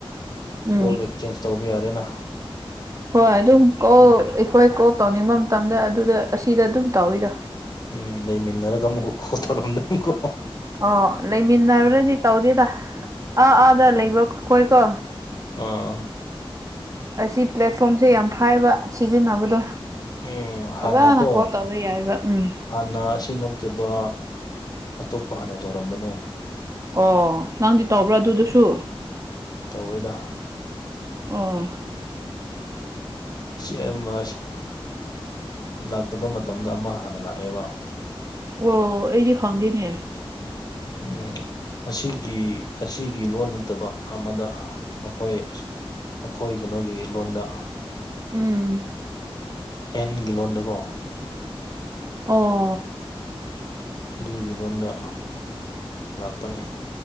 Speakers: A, on the right (about 35°); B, on the left (about 45°).
A: ꯎꯝ
B: ꯀꯣꯜ ꯑꯦꯛꯆꯦꯟꯖ ꯇꯧꯕ ꯌꯥꯔꯦꯅ
A: ꯍꯣꯏ ꯑꯗꯨꯝ ꯀꯣꯜ
B: ꯎꯝ
A: ꯑꯩꯈꯣꯏ ꯀꯣꯜ ꯇꯧꯅꯤꯡꯕ ꯃꯇꯝꯗ ꯑꯗꯨꯗ ꯑꯁꯤꯗ ꯑꯗꯨꯝ ꯇꯧꯋꯤꯗꯣ
B: ꯎꯝ ꯂꯩꯃꯤꯟꯅꯔꯒ ꯑꯃꯨꯛ <unintelligible> ꯀꯣꯇꯣꯔꯝꯗ ꯀꯣ
A: ꯑꯣ ꯂꯩꯃꯤꯟꯅꯔꯨꯔꯗꯤ ꯇꯧꯗꯦꯗ ꯑꯥ ꯑꯥꯗ ꯂꯩꯕ ꯈꯣꯏꯀꯣ
B: ꯑꯥ
A: ꯑꯁꯤ ꯄ꯭ꯂꯦꯠꯐꯣꯝꯁꯦ ꯌꯥꯝ ꯍꯥꯏꯕ ꯁꯤꯖꯤꯟꯅꯕꯗꯣ
B: ꯎꯝ ꯍꯥꯟꯅꯀꯣ
A: ꯐꯖꯅ ꯀꯣꯜ ꯇꯧꯕ ꯌꯥꯏꯕ ꯎꯝ
B: ꯍꯥꯟꯅ ꯑꯁꯤꯅ ꯅꯠꯇꯕ ꯑꯇꯣꯞꯄ ꯍꯥꯟꯅ ꯇꯧꯔꯝꯕꯅꯦ
A: ꯑꯣ ꯅꯪꯗꯤ ꯇꯧꯕ꯭ꯔꯥ ꯑꯗꯨꯗꯨꯁꯨ
B: ꯇꯧꯋꯦꯗ
A: ꯑꯣ
B: ꯑꯁꯤ ꯑꯃ ꯂꯥꯛꯇꯕ ꯃꯇꯝꯗ ꯑꯃ ꯍꯥꯟꯅ ꯂꯥꯛꯑꯦꯕ
A: ꯑꯣ ꯑꯩꯗꯤ ꯈꯪꯗꯦꯅꯦ
B: ꯎꯝ ꯑꯁꯤꯒꯤ ꯑꯁꯤꯒꯤ ꯂꯣꯟ ꯅꯠꯇꯕ ꯑꯃꯗ ꯑꯩꯈꯣꯏ ꯑꯩꯈꯣꯏ ꯀꯩꯅꯣꯒꯤ ꯂꯣꯟꯗ
A: ꯎꯝ
B: ꯑꯦꯟꯒꯤ ꯂꯣꯟꯗꯀꯣ
A: ꯑꯣ
B: ꯑꯗꯨꯒꯤ ꯂꯣꯟꯗ ꯂꯥꯛꯄꯅꯦ